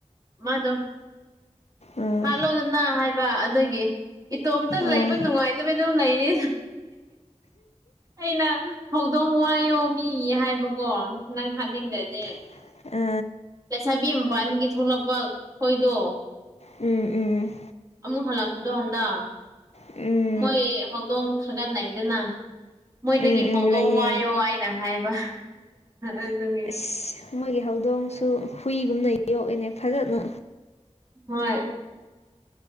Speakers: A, on the right; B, on the left.
A: ꯃꯥꯗꯣ
B: ꯎꯝ
A: ꯍꯥꯂꯣꯗꯅ ꯍꯥꯏꯕ ꯑꯗꯨꯏ ꯒꯤ ꯏꯇꯣꯝꯇ
B: ꯎꯝ
A: ꯂꯩꯕ ꯅꯨꯡꯉꯥꯏꯇꯕꯩꯗꯨꯝ ꯂꯩꯔꯤ ꯑꯩꯅ ꯍꯧꯗꯣꯡ ꯋꯥꯏꯌꯣ ꯃꯤ ꯍꯥꯏꯕꯀꯣ ꯅꯪ ꯍꯥꯠꯅꯤꯡꯗꯗꯤ
B: <unintelligible>
A: ꯂꯩꯁꯥꯕꯤ ꯃꯄꯥꯟꯗꯒꯤ ꯊꯣꯛꯂꯛꯄ ꯈꯣꯏꯗꯣ
B: ꯎꯝ ꯎꯝ
A: ꯑꯃꯨꯛ ꯍꯜꯂꯛꯄꯗꯣ ꯍꯟꯗ
B: ꯎꯝ
A: ꯃꯣꯏ ꯍꯧꯗꯣꯡ ꯊꯥꯒꯠꯅꯩꯗꯅ ꯃꯣꯏꯗꯒꯤ
B: ꯎꯝ
A: ꯍꯧꯗꯣꯡ
B: ꯎꯝ ꯂꯩꯌꯦ
A: ꯋꯥꯏꯌꯣ ꯍꯥꯏ ꯅ ꯍꯥꯏꯕ ꯑꯗꯨꯒꯤ
B: <unintelligible> ꯃꯣꯏꯒꯤ ꯍꯧꯗꯣꯡꯁꯨ ꯍꯨꯏꯒꯨꯝꯅ ꯌꯣꯛꯏꯅꯦ ꯐꯖꯅ
A: ꯍꯣꯏ